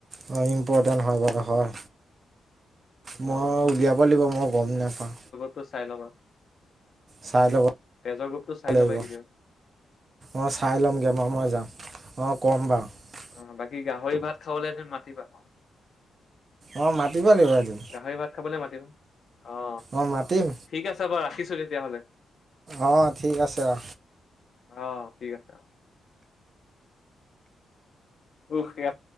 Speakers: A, on the right; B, on the left.
A: হয় ইম্পৰ্টেণ্ট হয় বাৰু হয়। মই
B: অ',
A: উলিয়াব লাগিব মই গম নাপাওঁ।
B: টো চাই ল'বা,
A: চাই ল'ব
B: তেজৰ গ্ৰুপটো চাই
A: লাগিব
B: ল'বা এইকেদিনত।
A: অঁ চাই ল'মগৈ বাৰু মই যাম, অঁ কম বাৰু।
B: অ বাকী গাহৰি ভাত খাবলৈ এদিন মাতিবা।
A: অ মাতিব লাগিব এদিন।
B: গাহৰি ভাত খাবলে মাতিম, অ
A: অঁ মাতিম
B: ঠিক আছে বাৰু ৰাখিছো তেতিয়াহ'লে।
A: অঁ ঠিক আছে অ।
B: অহ ঠিক আছে অ। <unintelligible>